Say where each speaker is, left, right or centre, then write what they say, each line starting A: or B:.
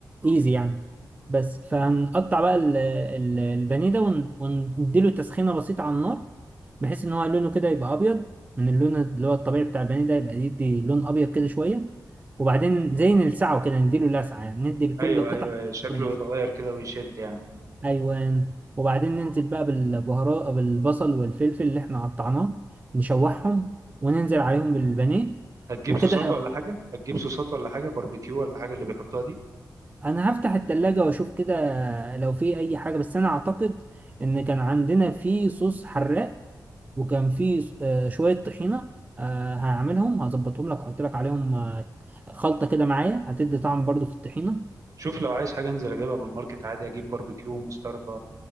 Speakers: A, on the right; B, on the right.
A: ايزي يعني بس فهنقطع بقى ال- ال- البانيه ده ون- ونديله تسخينه بسيطه على النار بحيث ان هو لونه كده يبقى ابيض من اللون اللي هو الطبيعي بتاع البانيه ده يبقى يدي لون ابيض كده شويه وبعدين زي نلسعه كده نديله لسعه يعني ندي لكل
B: ايوه
A: قطعه
B: ايوه شكله
A: لسعه
B: يتغير كده ويشد يعني
A: ايوان وبعدين ننزل بقى بالبهارات بالبصل والفلفل اللي احنا قطعناه نشوحهم وننزل عليهم بالبانيه
B: هتجيب
A: وكده
B: صوصات ولا حاجة هتجيب صوصات ولا حاجة باربيكيو ولا حاجة اللي بيحطها دي
A: انا هفتح التلاجة واشوف كده لو في اي حاجة بس انا اعتقد ان كان عندنا في صوص حراق وكان في آه، شوية طحينة آه، هعملهم هظبطهم لك واحط لك عليهم آه، خلطة كده معايا هتدي طعم برضو في الطحينة
B: شوف لو عايز حاجة انزل اجيبها من الماركت عادي اجيب باربيكيو ومستردة